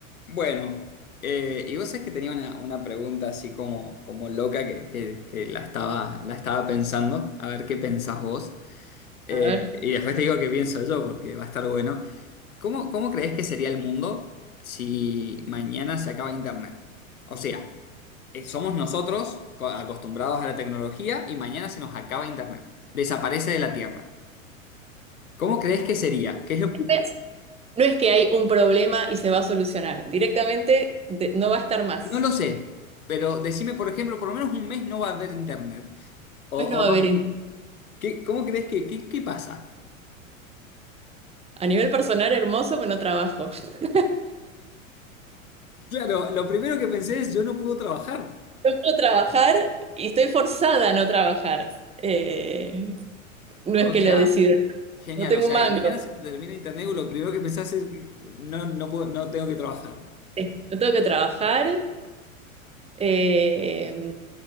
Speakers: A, on the left (about 85°); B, on the right (about 15°).
A: Bueno, eh, y vos sabés que tenía una, una pregunta así como, como loca que, que- que la estaba, la estaba pensando, a ver qué pensás vos. Eh,
B: A ver.
A: y después te digo qué pienso yo porque va a estar bueno. ¿Cómo, cómo creés que sería el mundo si mañana se acaba Internet? O sea, eh, somos nosotros co- acostumbrados a la tecnología y mañana se nos acaba Internet. Desaparece de la Tierra. ¿Cómo crees que sería? ¿Qué es lo que-
B: Es- No es que hay un problema y se va a solucionar. Directamente de- no va a estar más.
A: No lo sé, pero decime, por ejemplo, por lo menos un mes no va a haber Internet. O,
B: Pues
A: o
B: no va
A: dos.
B: a haber. in-
A: ¿Qué- cómo crees que, qué, qué pasa?
B: A nivel personal, hermoso, pero no trabajo. <laughs>
A: Claro, lo primero que pensé es, yo no puedo trabajar.
B: Yo puedo trabajar y estoy forzada a no trabajar. Eh, no
A: O
B: es que
A: sea,
B: lo decido.
A: genial,
B: No tengo
A: o sea,
B: un mango.
A: mañana se te termina internet y lo primero que pensás es, que no, no puedo, no tengo que trabajar.
B: Eh, No tengo que trabajar. Eh,